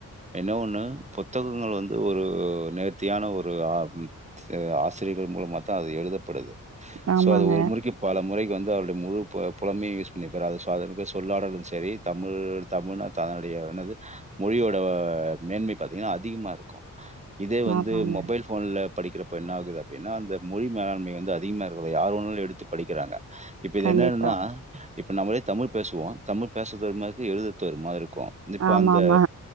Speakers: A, on the right (about 20°); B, on the right (about 50°).
A: என்ன ஒண்ணு புத்தகங்கள் வந்து ஒரு நேர்த்தியான ஒரு ஆ சே ஆசிரியர்கள் மூலமாத்தா அது எழுதப்படுது
B: ஆமாங்க
A: சோ அது ஒரு முறைக்கு பல முறைக்கு வந்து அவருடைய முழு பு புலமயு யூஸ் ண்ணிப்பார் அது அதனுக்கு சொல்லாடலு செரி தமிழ் தமிழ்னா தான்னுடைய என்னது மொழியோட மேன்மை பாத்தீங்கன்னா அதிகமா இருக்கு இதே வந்து
B: ஆமாங்க
A: மொபைல் ஃபோன்ல படிக்கிறப்ப என்ன ஆகுது அப்டின்னா அந்த மொழி மேலாண்மை வந்து அதிகமா இருக்கல யாரு வேண்ணாலு எடுத்து படிக்கிறாங்க இப்ப இது
B: கண்டிப்பா
A: என்னாதுன்னா இப்ப நம்மளே தமிழ் பேசுவோ தமிழ் பேசுறது ஒரு மாரி எழுதுற து ஒரு மாரி இருக்கு இப்போ
B: ஆமா
A: அந்த
B: ஆமா